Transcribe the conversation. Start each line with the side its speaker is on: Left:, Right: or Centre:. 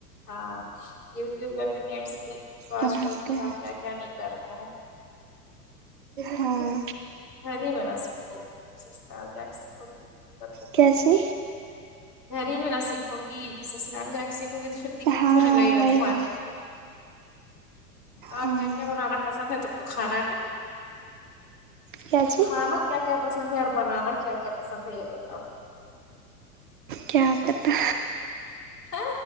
Left: ہاں یوٹیوب یا پھر نیٹ سے دیکھ کے تو آج
Right: بناتے
Left: کل انسان
Right: ہیں
Left: کیا کیا نہیں کر رہا ہے تمہاری
Right: ہاں
Left: وجہ سے کوب سیسحال ریک کب <unintelligible>
Right: کیسے
Left: گھر ہی میں نہ سیکھو گی سسرال جا کے سیکھو گی تو پھر دقت
Right: ہاں
Left: ہونے لگے گا
Right: وہی
Left: تو
Right: نا
Left: اور
Right: ہاں
Left: کیا کیا بنانا پسند ہے تم کو کھانا میں
Right: کیا چیز
Left: کھانا کیا کیا پسند ہے اور بنانا کیا کیا پسند ہے یہ بتاؤ
Right: کیا بتا
Left: اچھا